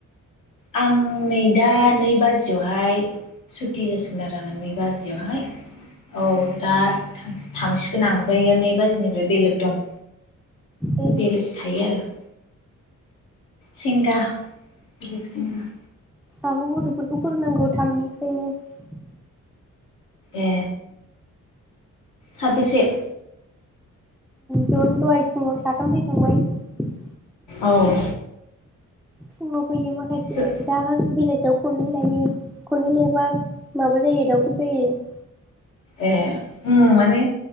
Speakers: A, on the left; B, in the centre.
A: आं नै दा नै बाजियावहाय सुटि जासिगोन आरो आङो नै बाजियावहाय औ दा थांसिगोन आं ओमफ्राय नै बाजिनिफ्राय बेलेग दं
B: ए
A: बेलेग थायो आरो । सेंगा बेलेग सेंगा ।
B: आंबो गथ'फोरखौ फोरोंनांगौ थामनिफ्रायनो ।
A: ए साबैसे?
B: जन‌ दहाय फुङाव साथाम फैखांबाय ।
A: औ।
B: फुङाव फैयो माखासे
A: जों
B: दा बेलाेसियाव खननै लायो खननै लायबा माबा जायो दावरो जायो ।
A: ए उ माने